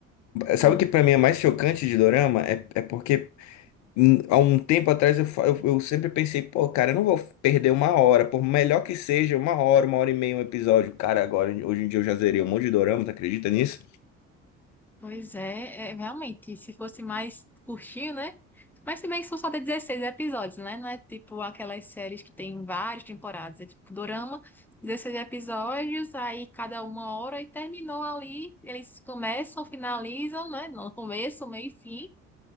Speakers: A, in the centre; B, on the left (about 45°).
A: Sim,
B: Sabe o que pra mim é mais chocante de dorama? É, é porque hum, há um tempo atrás eu, fa- eu, eu sempre pensei, pô, cara, eu não vou perder uma hora, por melhor que seja, uma hora, uma hora e meia um episódio. Cara, agora, hoje em dia eu já zerei um monte de dorama, tu acredita nisso?
A: pois é, é, realmente, se fosse mais curtinho, né? Mas se bem que são só de 16 episódios, né? Não é tipo aquelas séries que tem várias temporadas. É tipo dorama, 16 episódios, aí cada uma hora e terminou ali. Eles começam, finalizam, né? No começo, meio e fim.